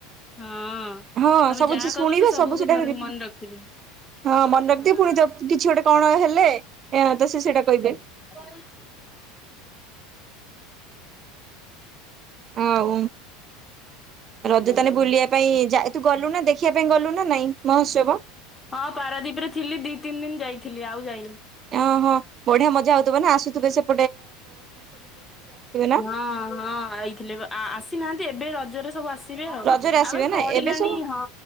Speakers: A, on the left (about 15°); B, on the right (about 40°).
A: ହଁ।
B: ହଁ
A: ତମେ
B: ସବୁ
A: ଯାହା
B: ଯେ ଶୁଣିବେ
A: କହିବ ସେ ସବୁକୁ
B: ସବୁ ସେଟା
A: ଥରେ
B: ରି
A: ମନେ ରଖିବି
B: ହଁ ମନେ ରଖିଥିବେ
A: ହଁ
B: ପୁଣି ତ କିଛି ଗୋଟେ କଣ ହେଲେ ତ ସେ ସେଇଟା କହିବେ।
A: <unintelligible>
B: ଆଉ
A: ଦେଖ
B: ରଜ
A: ମୋ ମନ
B: ତାନେ ବୁଲିବା ପାଇଁ ଯାଇ ତୁ ଗଲୁ ନା ଦେଖିବା ପାଇଁ ଗଲୁନ ନା ନାଇଁ ମହୋତ୍ସବ
A: ହଁ ପାରାଦୀପ ରେ ଥିଲି ଦି ତିନି ଦିନ ଯାଇଥିଲି ଆଉ ଯାଇନି।
B: ଓହଁ ବଢିଆ ମଜା ହଉଥିବ ନା ଆସୁଥିବେ ସେ ନା?
A: ହଁ ହଁ ଆଇଥିଲେ ବା ଆ ଆସିନାହାନ୍ତି ଏବେ ରଜରେ ସବୁ ଆସି ସିବେ ଆଉ
B: ରଜରେ ଆସିବେ
A: ଆମର
B: ନା
A: ପଡିଲାଣି
B: ଏବେ ସବୁ
A: ହଁ